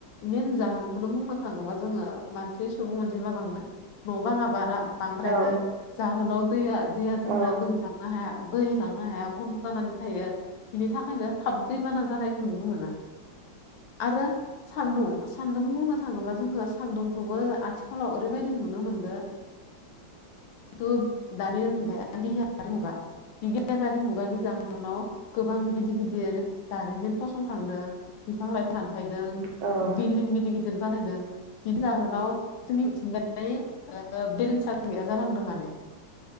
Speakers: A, on the left; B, on the right.
A: मेन जाहोनखौनो बुंनो थाङोबा जोङो मानसि सुबुं मोनसि मा बांदो न' बाङा बारा बांद्रायदों
B: औ नंगौ
A: जाहोनाव दैया दैया जोंना
B: औ
A: बोहैलांनो हाया बोहैलांनो हाया बन्द' जानानै थायो बिनि थाखायनो थाब दैबाना जानायखौ नुनो मोनो आरो सान्दुं सान्दुं बुंनो थाङोबा जोङो सान्दुंखौबो आथिखालाव ओरैबायदि नुनो मोनदों थु दानिगा <unintelligible> <unintelligible> नाव गोबां गिदिर गिदिर दारिमिन फसंथांदों बिफां लाइफां दानफायदों
B: औ
A: बिल्डिं गिदिर गिदिर बानायदों बिनि जाहोनाव जोंनि मिथिंगाय बेलेन्सा गैया जालांदों माने